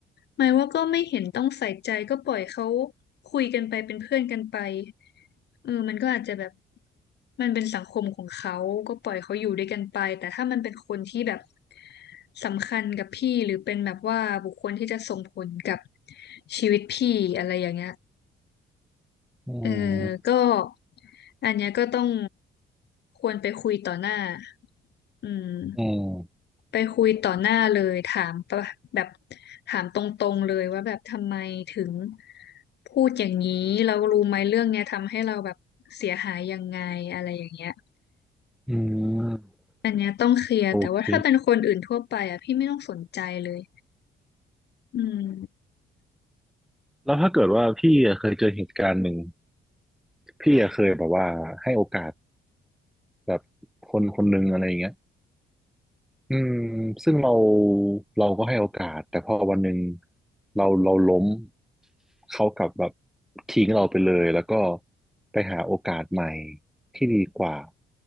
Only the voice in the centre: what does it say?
อื
ม
อืม
อืม
โอเค
แล้วถ้าเกิดว่าพี่อะเคยเจอเหตุการณ์หนึ่งพี่อะเคยแบบว่าให้โอกาสแบบคนคนหนึ่งอะไรอย่างเงี้ย อืมซึ่งเราเราก็ให้โอกาสแต่พอวันหนึ่งเราเราล้มเขากลับแบบทิ้งเราไปเลยแล้วก็ไปหาโอกาสใหม่ที่ดีกว่า